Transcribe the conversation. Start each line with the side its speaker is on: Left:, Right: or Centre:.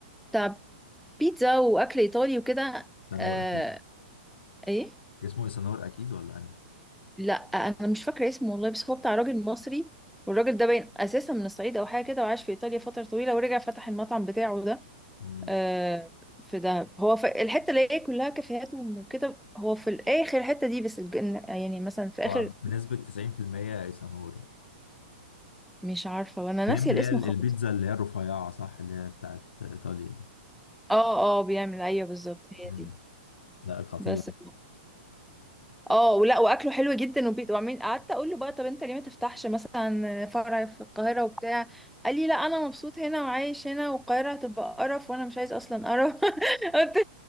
Centre: بتاع بيتزا واكل ايطالي وكده
Left: سنور
Centre: آه
Left: اكيد
Centre: ايه
Left: اسمه سنور اكيد ولا انهي
Centre: لا انا مش فاكره اسمه والله بس هو بتاع راجل مصري والراجل ده باين اساسا من الصعيد او حاجه كده وعاش في ايطاليا فتره طويله ورجع فتح المطعم بتاعه ده
Left: امم
Centre: آه، في دهب هو في الحته اللي هي كلها كافيهات وكده هو في الاخر الحته دي بس الج- يعني مثلا في اخر
Left: هو بنسبة 90% ايسانور يعني
Centre: مش عارفه وانا ناسيه
Left: بيعمل اللي
Centre: الاسم
Left: هي البيتزا
Centre: خالص
Left: اللي هي الرفيعة صح اللي هي بتاعت ايطاليا دي
Centre: اه اه بيعمل ايوه بالظبط هي
Left: امم
Centre: دي
Left: لا خطير
Centre: بس اه ولا واكله حلو جدا وبيت وعمين قعدت اقول له بقى طب انت ليه ما تفتحش مثلا فرع في القاهره وبتاع قال لي لا انا مبسوط هنا وعايش هنا والقاهره هتبقى قرف وانا مش عايز اصلا قرف <laughs> قلت